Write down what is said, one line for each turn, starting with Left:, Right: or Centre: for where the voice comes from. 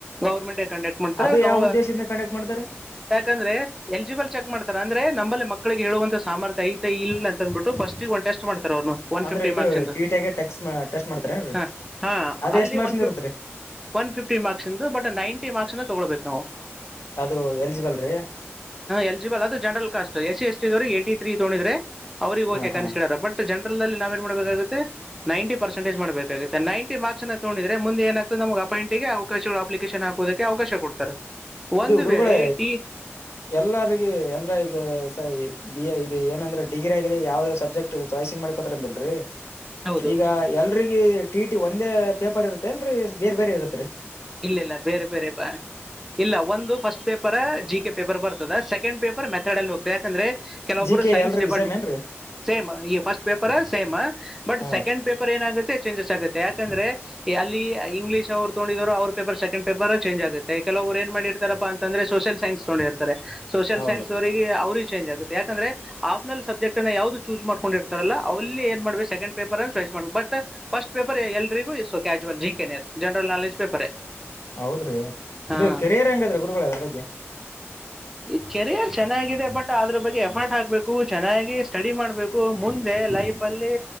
Centre: ಗೌರ್ಮೆಂಟೇ ಕಂಡಕ್ಟ್ ಮಾಡ್ತಾರೆ
Left: ಅದು
Centre: ಗೌ
Left: ಯಾವ ಉದ್ದೇಶದಿಂದ ಕಂಡಕ್ಟ್ ಮಾಡ್ತಾರೆ
Centre: ಯಾಕಂದ್ರೆ ಎಲಿಜಿಬಲ್ ಚೆಕ್ ಮಾಡ್ತಾರ ಅಂದ್ರೆ ನಮ್ಮಲ್ಲಿ ಮಕ್ಕಳ ಹೇಳುವಂತ ಸರ್ಥ ಐ ಇ ಅಂದ್ಬಿು ಫಸ್ಟ್ಿಗೆ ಒಂದು ಟಸ್ಟ್ ಮಾಡಾರೆ ಒನ್
Left: ಅಂದ್ರೆ
Centre: ಫಿಫ್ಟಿ
Left: ಇದು
Centre: ಮಾರ್ಕ್
Left: ಗೆ ಟೆಕ್ಸ್ ಟೆಸ್ಟ್ ಮಾಡ್ತಾರೇನ್ರಿ
Centre: ಹ ಹ
Left: ಅದು
Centre: ಅಲ್ಲಿ
Left: ಎಷ್ಟ್ ಮಾರ್ಕ್ಸ್
Centre: ಒನ್ ಫ್ಟ
Left: ಇರುತ್ರಿ
Centre: ಒನ್ ಫಿಫ್ಟಿ ಮಾರ್ಕ್ಸ್ ಇಂದು ಬಟ್ ನೈಂಟಿ ಮಾರ್ಕ್ಸ್ನ ತೊಗೊಳ್ಬೇಕು ನಾವು
Left: ಅದು ಎಲಿಜಿಬಲ್ ರೀ
Centre: ಎಲಿಜಿಬಲ್ ಅದು general caste S C S ಟವ ಏ್ಟಿ ತ್ರೀ ಿದ್ರೆ ಅವ್ರಿಗೆ ಓಕೆ
Left: ಹಾ ಹಾ
Centre: ಕನ್ಿಸಡರ್ ಬಟ್ ಜನರಲ್ ನಲ್ಲಿ ನಾವ ನ್ ಮಾಡಬೇಕಾಗುತ್ತೆ ನೈನ್ಟಿ ಪರ್ಸಂಟೇಜ ಮಾಡಬೇಕುತ್ತೆ ನೈಂಟಿ ಮಾರ್ಕ್ಸ್ ನ ತೋಿದ್ರೆ ಮುೆ ಏಾಗ್ತದೆ ನಮ ಅಪಾಯಂ ಿಗೆ ಅವಕಾಶಗಳು ಅಪ್ ೇಶನ್ ಹಾಕೋದಕ್ಕೆ ಅವಕಾಶ ಕೊಡ್ತಾರೆ ಒಂದು
Left: ಇದು ಗುರುಗಳೇ
Centre: ವೇಳೆ ಟಿ
Left: ಎಲ್ಲಾರಗ ಅಂದ್ರೆ ಈಗ ಸ ಬಿ ಇದು ಏನಂದ್ರೆ ಡಿಗ್ರ ಆಗರಿ ಯಾವ ಯಾವ ಸಬ್ಜಕ್ಟ್ ಚಾಯ್ಸಂಗ್ ಮಾಡ್ಕೋತ ಅಿಲ್ರರಿ
Centre: ಹೌದು
Left: ಈಗ ಎಲ್ರಿಗ ಟಿ ಟಿ ಒಂದೇ ಪೇಪರ್ ಇರತ್ತೇ ಏನ್ರರಿ ಬೇರ್ ಬೇರೆ ಇರತ್ರಿ
Centre: ಇಲ್ಲ ಇಲ್ಲ ಬೇರೆ ಬೇರೆ ಬಾ ಇಲ್ಲ ಒಂದು first paper G K paper ಬರ್ತದೆ ಸೆಕೆಂಡ್ ಪೇಪರ್ ಮೆತಡ್ಲ್ಲಿ ಹೋಗ್ತದೆ ಯಾಕಂದ್ರೆ ಕೆಲವಬ್ುರು
Left: ಜಿ ಕೆ
Centre: ಸೈನ್ಸ್
Left: ಎಲ್ರಿಗ
Centre: ಡಿಪಾರ್ಟ್ಮೆಂಟ್
Left: ಸೇಮ್ ಏನ್ರಿ
Centre: ಸೇಮ್ ಈ ಫಸ್ಟ್ ಪೇಪರ್ ಸೇಮ್ ಬಟ್
Left: ಹಾ
Centre: ಸೆಕೆಂಡ್
Left: ರೀ
Centre: ಪೇಪರ್ ಏನಾಗುತ್ತೆ ಚೇಂಜಸ್ ಆಗುತ್ತೆ ಯಾಕಂದ್ರೆ ಅಲ್ಲಿ ಇಂಗ್ಲೀಷ್ ಅವ್ ತೋೊಂಡಿದ್ರು ಅವ್ರ ಪೇಪರ್ ಸಕೆ್ ಪಪರ್ ಚಂಜ್ ಆಗೆ ಕೆಲವರು ಏನ್ ಮಾಡಿರ್ತಾರಪ್ಪ ಅ್ರೆ ಸೋಷಿಯ ಸನ್ಸ್ಗೊಂಡಿರ್ತಾರೆ ಸೋಷಿಯಲ್
Left: ಹೌದ್ರಿ
Centre: ಸೈನ್ಸ್ ವರೆಗೆ ಅವ್ರ ಚೇಂ್ ಆಗುತ್ತೆ ಯಾಕಂದ್ರೆ ಆಫನಲ್ ಸಬ್ಜೆಕ್ಟ್ನ್ನು ಯಾ್ದದು ಚೂಸ್ ಮಾಡ್ೊಂಡಿರ್ತಾರಲ್ಲ ಅಲ್ಲಿ ಏನ್ ಮಾಡ್ೆ ಸೆಕಂಡ್ ಪೇಪರ್ ಚ್ಸ್ ಮಾಡ ಬಟ್ ಫಸ್ಟ್ ಪೇಪರ್ ಎಲ್ರಿಗೂ ಇ casual G K general knowledge paper
Left: ಹೌದ್ರಿ
Centre: ಹಾ
Left: ಇದು ಕೆರೆಯ ರಂಗ ಅದ್ರ ಗುರುಗಳ ಅದ್ರ ಬಗ್ಗೆ
Centre: ಈ ಕೆರಿಯರ್ ಚೆನ್ನಾಗಿದೆ ಬಟ್ ಅದ್ರ ಬಗ್ಗೆ ಎಫರ್ಟ್ ಹಾಕ್ಬೇಕು ಚೆನ್ನಾಗಿ ಸ್ಟಡಿ ಮಾಡ್ಬೇಕು ಮುಂದೆ ಲೈಫ್ ಅಲ್ಲಿ